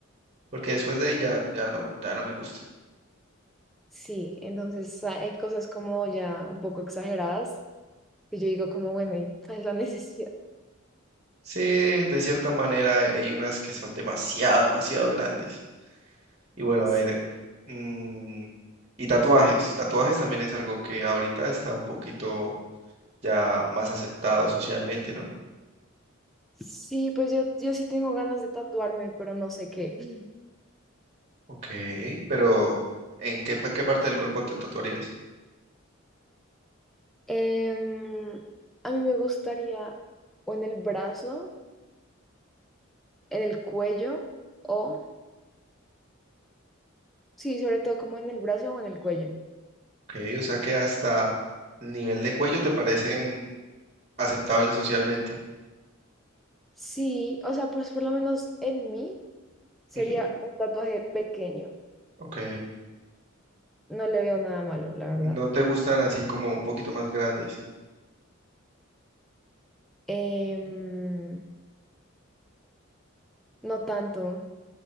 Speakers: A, on the right; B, in the centre.
A: Porque después de ahí ya, ya no, ya no me gusta.
B: sí. Entonces ah, hay cosas como ya un poco exageradas que yo digo como, bueno, ¿y <laughs> cuál es la necesidad?
A: Sí, de cierta manera hay unas que son demasiado, demasiado grandes. Y bueno,
B: Sí.
A: a ver. mm, y tatuajes. Tatuajes también es algo que ahorita está un poquito ya más aceptado socialmente, ¿no?
B: Sí, pues yo, yo sí tengo ganas de tatuarme, pero no sé qué. Mm.
A: Ok, pero ¿en qué, pa- qué parte del cuerpo te tatuarías?
B: Em, a mí me gustaría o en el brazo, en el cuello, o sí, sobre todo como en el brazo o en el cuello.
A: Ok, o sea que hasta el nivel de cuello te parecen aceptables socialmente.
B: Sí, o sea, pues por lo menos en mí sería
A: Ujú,
B: un tatuaje pequeño.
A: Ok,
B: No le veo nada malo, la verdad.
A: no te gustan así como un poquito más grandes.
B: Em, no tanto.